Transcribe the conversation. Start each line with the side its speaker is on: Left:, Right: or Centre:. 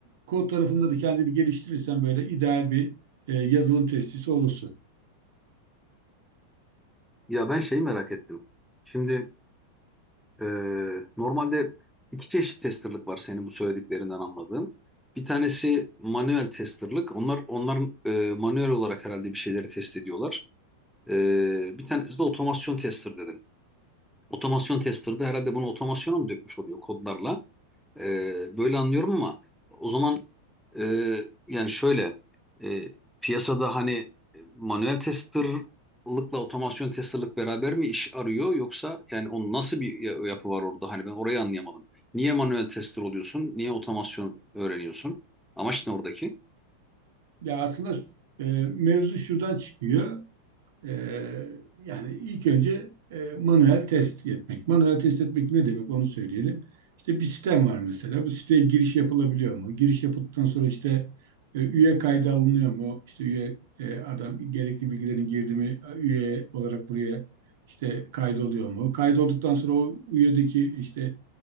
Right: kod tarafında da kendini geliştirirsen böyle ideal bir e, yazılım testisi olursun.
Centre: Ya ben şeyi merak ettim. Şimdi Ee, normalde iki çeşit testerlık var senin bu söylediklerinden anladığım. Bir tanesi manuel testerlık. Onlar onlar e, manuel olarak herhalde bir şeyleri test ediyorlar. Ee, bir tanesi de otomasyon tester dedim. Otomasyon tester'da herhalde bunu otomasyona mı dökmüş oluyor kodlarla? Ee, böyle anlıyorum ama o zaman e, yani şöyle e, piyasada hani e, manuel testerlıkla otomasyon testerlık beraber mi iş arıyor yoksa yani onun nasıl bir ya- yapı var orada hani ben orayı anlayamadım. Niye manuel tester oluyorsun? Niye otomasyon öğreniyorsun? Amaç ne oradaki?
Right: Ya aslında e, mevzu şuradan çıkıyor. Ee, yani ilk önce e, manuel test etmek. Manuel test etmek ne demek onu söyleyelim. İşte bir sistem var mesela. Bu siteye giriş yapılabiliyor mu? Giriş yapıldıktan sonra işte e, üye kaydı alınıyor mu? İşte üye e, adam gerekli bilgilerin girdi mi? Üye olarak buraya işte kaydoluyor mu? Kaydolduktan sonra o üyedeki işte